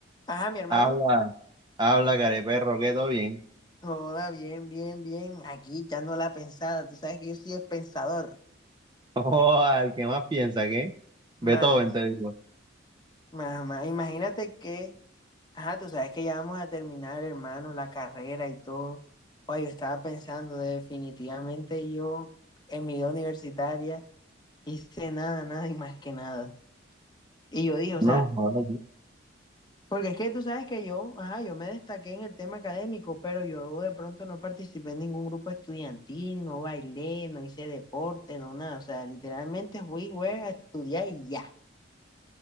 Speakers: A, on the left; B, on the right.
A: Ajá, mi hermano.
B: Habla, habla, careperro, que todo bien.
A: Toda bien, bien, bien. Aquí echando la pensada. Tú sabes que yo soy pensador,
B: <laughs> o al que más piensa, ¿qué? Beethoven,
A: Más,
B: te digo.
A: más, más. Imagínate que, ajá, tú sabes que ya vamos a terminar, hermano, la carrera y todo. Oye, yo estaba pensando, definitivamente yo en mi vida universitaria hice nada, nada y más que nada. Y yo dije, o
B: No,
A: sea.
B: joder.
A: Porque es que tú sabes que yo, ajá, yo me destaqué en el tema académico, pero yo de pronto no participé en ningún grupo estudiantil, no bailé, no hice deporte, no nada. O sea, literalmente fui, güey, a estudiar y ya.